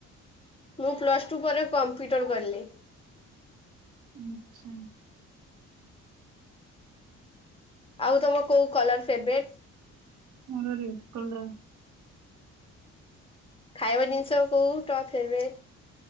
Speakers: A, on the left; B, on the right.
A: ମୁଁ ପ୍ଲସ୍ ଟୁ ପରେ କମ୍ପ୍ୟୁଟର କଲି
B: ଆଛା
A: ଆଉ ତମ କୋଉ କଲର ଫେବରଟ ଁ <unintelligible>
B: ମର ଟକଳ <inaudible>
A: ଖାଇବା ଜିନିଷ କୋଉ ଟପ ହେବେ